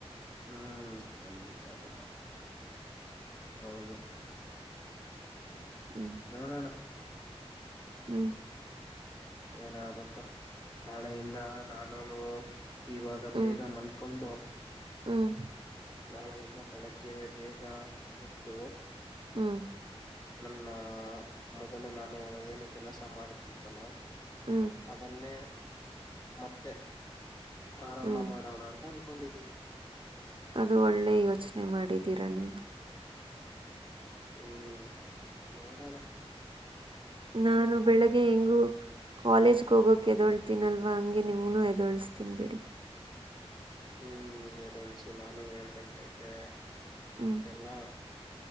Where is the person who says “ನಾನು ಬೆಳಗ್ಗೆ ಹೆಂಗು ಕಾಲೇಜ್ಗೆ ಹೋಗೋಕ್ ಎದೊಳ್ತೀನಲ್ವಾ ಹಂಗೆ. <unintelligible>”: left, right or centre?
Right